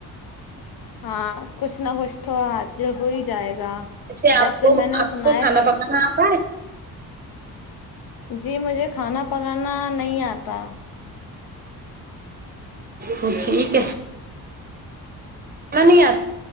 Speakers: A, on the left; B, on the right.
A: ہاں کچھ نہ کچھ تو اج جب ہو ہی جائے گا
B: جسے
A: ویسے
B: آپ کو
A: میں نے
B: آپ
A: سنا
B: کو
A: ہے
B: کھانا
A: کب
B: پکانا آتا ہے
A: جی مجھے کھانا پکانا نہیں آتا
B: وہ ٹھیک ہے <unintelligible>